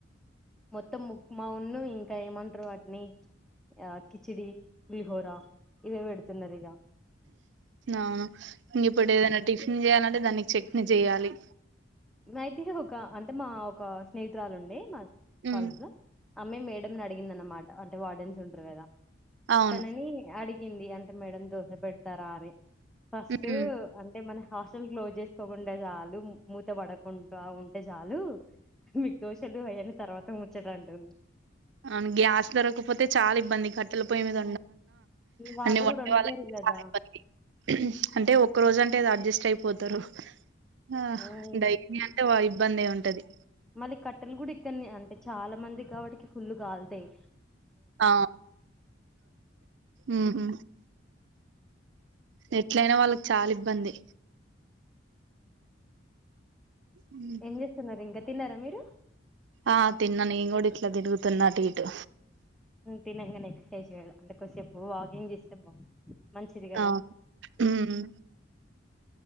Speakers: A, in the centre; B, on the right.
A: మొత్తం ఉప్మా ను ఇంకా ఏమంటారు వాటిని ఆ కిచిడి పులిహోర ఇవే పెడుతున్నారు ఇగ
B: అవును ఇంగా ఇప్పుడు ఏదన్న టిఫిన్ చేయ అంటే దానికి చెట్ని చేయాలి
A: ఇగ అయితే ఒక అంటే మా ఒక స్నేహితురాలుండే మా
B: హ్మ్.
A: కాలేజీలో అమ్మే మేడంని అడిగింద అనమాట అంటే వార్డెన్స్ ఉంటరు కదా
B: అవును
A: తనని అడిగి గింది అంటే మేడం దోస పెడతారా అని ఫస్ట్
B: ఉమ్
A: అంటే మన హాస్టల్ క్లోజ్ చేసుకోకుంటే చాలు మూ మూత పడకుండా ఉంటే చాలు మిక్ దోశలు అయన్ని తర్వాత ముచ్చట అంటుంది
B: అవును గ్యాస్ దొరకపోతే చాలా ఇబ్బంది కట్టెలు పోయ్యి మీద
A: వాళ్ళు
B: అంటే వండే
A: కూడా ఉండలేరు
B: వాళ్ళాకి
A: కదా
B: చాలా ఇబ్బంది అంటే ఒక్క రోజు అంటే అడ్జస్ట్ అయిపో పోతారు ఆ
A: ఉమ్
B: డైలీ అంటే ఇబ్బందే ఉంటది
A: మళ్ళీ కట్టెలు కూడా ఇక్కడని అంటే చాలా మంది కాబట్కి ఫుల్లు కాల్తాయి
B: ఆ ఉహు ఎట్లయినా వాళ్ళకి చాలా ఇబ్బంది హ్మ్.
A: ఏం చేస్తున్నారు ఇంకా తిన్నారా మీరు
B: ఆ తిన్న నేను కూడా ఇట్లా తిరుగుతున్న అటు ఇటు
A: తినంగానే ఎక్సర్సైజ్ చేయాలి అంటే కోసేపు వాకింగ్ చేస్తే బా మంచిది కదా
B: అవును ఉమ్